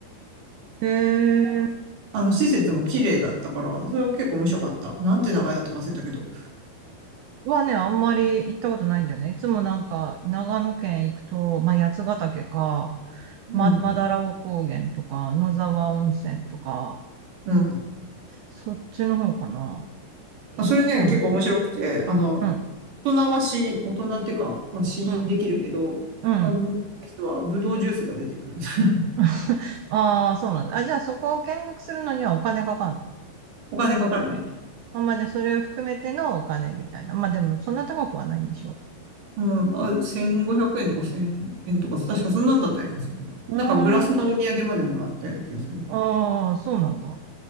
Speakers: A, on the right (about 80°); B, on the right (about 60°).
A: へえ。
B: あの、施設も綺麗だったから、それは結構面白かった。なんて名前だったか忘れたけど。
A: はね、あんまり行ったことないんだよね。いつもなんか、長野県行くと、まあ、八ヶ岳か、
B: うん。
A: ま、マダラオ高原とか、野沢温泉とか、
B: うん。
A: そっちの方かな。行っちゃうの。
B: まあ、それね、結構面白くて、あの、
A: うん。
B: 大人は試飲、大人っていうか、まあ、試飲できるけど、
A: うん。うん
B: あの、人はブドウジュースが出てくる。<laughs>
A: <laughs> ああ、そうなんだ。あ、じゃあそこを見学するのにはお金かかんの
B: お金かかるね。
A: あ、まあじゃあそれを含めてのお金みたいな。まあでもそんな高くはないんでしょ
B: うん、あ、1500円とか1000円とか、確かそんなんだったような気がするけど。
A: う。
B: なんかグラスのお土産までもらったような気がするな。
A: うーん。ああ、そうなんだ。